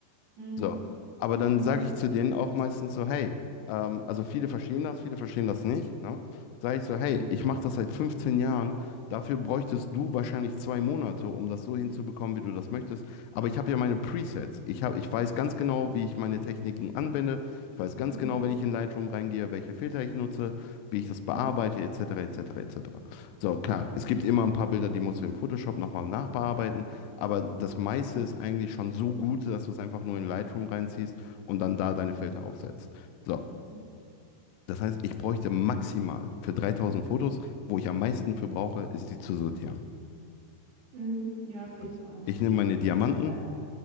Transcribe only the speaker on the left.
So, aber dann
sage ich zu denen auch meistens so, hey, ähm, also viele verstehen das, viele verstehen das nicht, ne? Sage ich so, hey,
ich mache das seit 15 Jahren, dafür bräuchtest du wahrscheinlich zwei Monate, um das so hinzubekommen, wie du das möchtest. Aber ich habe ja meine Presets. Ich hab, ich weiß ganz genau, wie ich meine Techniken anwende. Ich weiß ganz
genau, wenn ich in Lightroom reingehe, welche Filter ich nutze, wie ich das bearbeite,
etc., etc., etc. So, klar, es gibt immer ein paar Bilder, die musst du in Photoshop nochmal nachbearbeiten. Aber das meiste ist eigentlich schon so gut, dass du es einfach nur in Lightroom reinziehst und dann da deine Filter aufsetzt. So,
das heißt, ich bräuchte maximal für 3000 Fotos, wo ich am meisten für brauche, ist die zu sortieren.
Das
heißt,
ich nehme meine Diamanten,